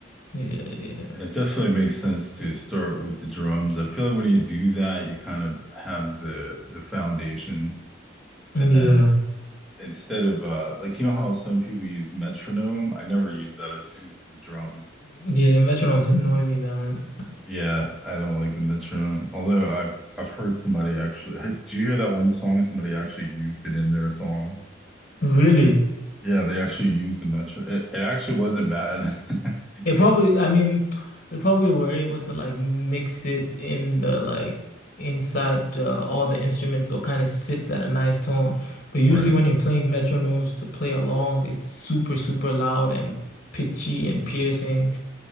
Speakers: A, on the left; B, in the centre.
A: Yeah, yeah.
B: It definitely makes sense to start with the drums. I feel like when you do that, you kind of have the the foundation,
A: Yeah.
B: and then instead of uh like you know how some people use metronome, I never use that. I just use the drums.
A: Yeah, metronomes annoy me, man.
B: Yeah, I don't like the metronome. Although I've I've heard somebody actually. hey, Do you hear that one song? Somebody actually used it in their song.
A: Really?
B: Yeah, they actually used the metro. It, it actually wasn't bad. <laughs>
A: It probably, I mean, they probably were able to like mix it in the like inside uh, all the instruments, so it kind of sits at a nice tone. But usually,
B: Right.
A: when you're playing metronomes to play along, it's super, super loud and pitchy and piercing.